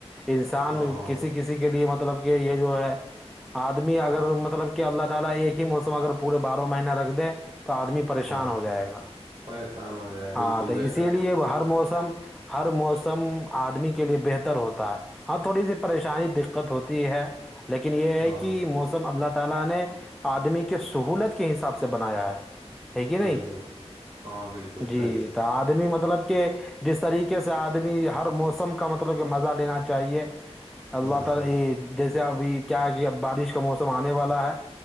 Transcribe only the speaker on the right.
ہاں ہاں
ہاں
پریشان ہو جائے بالکل
بے
شک
ہاں
بالکل
بالکل ہاں بالکل
صحیح ہے
ہوں
ہوں